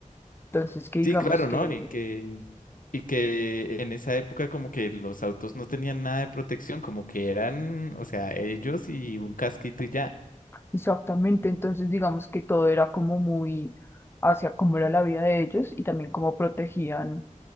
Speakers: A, on the left; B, on the left.
A: Entonces, que digamos
B: Sí, claro,
A: que,
B: ¿no? Y que Y que en esa época como que los autos no tenían nada de protección, como que eran, o sea, ellos y un casquito y ya.
A: exactamente, entonces digamos que todo era como muy hacia cómo era la vida de ellos y también cómo protegían